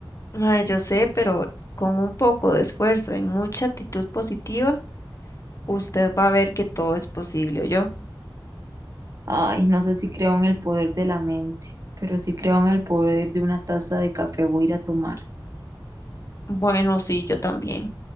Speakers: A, on the left; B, on the right.
A: Mae, yo sé, pero con un poco de esfuerzo y mucha actitud positiva, usted va a ver que todo es posible, o yo
B: Ay, no sé si creo en el poder de la mente, pero sí creo en el poder de una taza de café voy a ir a tomar.
A: Bueno, sí, yo también.